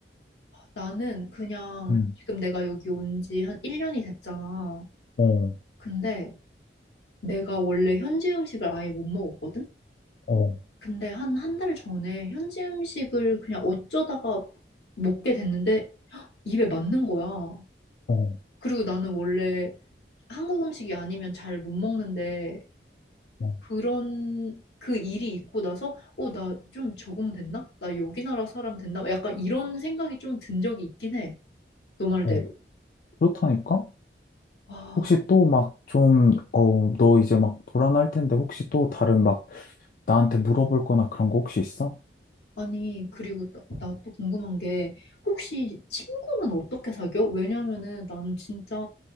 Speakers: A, on the left; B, on the left.
A: 나는 그냥
B: 음,
A: 지금 내가 여기 온지 한 1년이 됐잖아.
B: 어,
A: 근데 내가 원래 현지 음식을 아예 못 먹었거든?
B: 어,
A: 근데 한 한 달 전에 현지 음식을 그냥 어쩌다가 먹게 됐는데 입에 맞는 거야.
B: 어,
A: 그리고 나는 원래 한국 음식이 아니면 잘 못 먹는데
B: 어,
A: 그런 그 일이 있고 나서 어, 나 좀 적응됐나? 나 여기 나라 사람 됐나? 약간 이런 생각이 좀 든 적이 있긴 해. 너 말대로.
B: 어. 그렇다니까?
A: 아,
B: 혹시 또 막 좀, 어, 너 이제 막 불안할 텐데 혹시 또 다른 막 나한테 물어볼 거나 그런 거 혹시 있어?
A: 아니, 그리고 나 또 궁금한 게 혹시 친구는 어떻게 사겨? 왜냐면은 나는 진짜